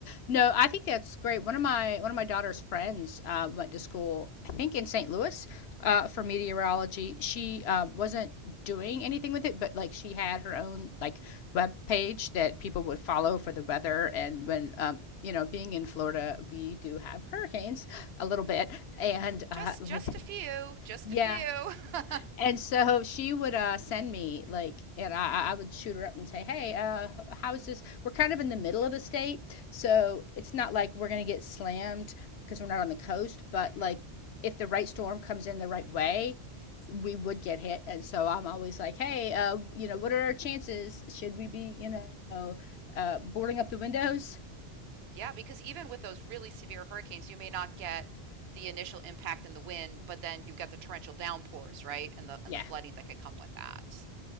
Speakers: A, on the left (about 75°); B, on the right (about 75°).
A: No, I think that's great. One of my one of my daughter's friends uh, went to school, I think in St. Louis, uh, for meteorology. She um, wasn't doing anything with it, but like she had her own like web page that people would follow for the weather. And when um, you know, being in Florida, we do have hurricanes a little bit, and uh,
B: Just,
A: like
B: just a few, just
A: yeah,
B: a few. <laughs>
A: and so she would uh, send me like, and I, I would shoot her up and say, "Hey, uh, how is this? We're kind of in the middle of the state, so it's not like we're gonna get slammed because we're not on the coast. But
B: hmm
A: like, if the right storm comes in the right way, we would get hit. And so I'm always like, hey, uh, you know, what are our chances? Should we be, you know, uh, boarding up the windows?
B: Yeah, because even with those really severe hurricanes, you may not get the initial impact in the wind, but then you get the torrential downpours, right? And the and
A: Yeah,
B: the flooding that can come with that.